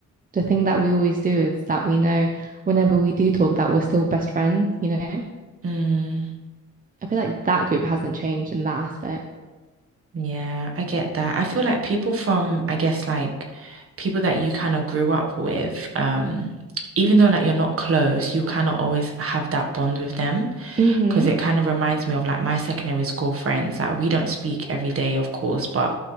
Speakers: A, on the right; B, on the right.
A: the thing that we always do is that we know whenever we do talk that we're still best friends, you know?
B: Mm.
A: I feel like that group hasn't changed in that aspect.
B: Yeah, I get that. I feel like people from, I guess, like people that you kind of grew up with, um, even though like you're not close, you kind of always have that bond with them
A: Mm-hmm.
B: because it kind of reminds me of like my secondary school friends. Like we don't speak every day, of course, but